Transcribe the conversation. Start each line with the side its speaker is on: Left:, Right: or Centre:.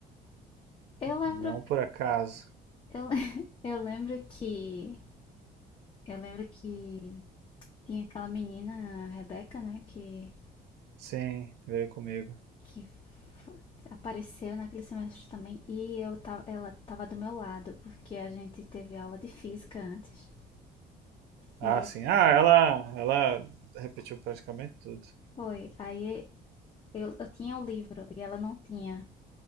Left: Eu lembro,
Right: Não por acaso.
Left: eu, le- <laughs> eu lembro que eu lembro que tinha aquela menina, a Rebeca, né, que
Right: Sim, veio comigo.
Left: que f- apareceu naquele semestre também e eu tava, ela tava do meu lado, porque a gente teve aula de física antes.
Right: Ah,
Left: E
Right: sim. Ah, ela, ela repetiu praticamente tudo.
Left: foi, aí eu, eu tinha o livro e ela não tinha.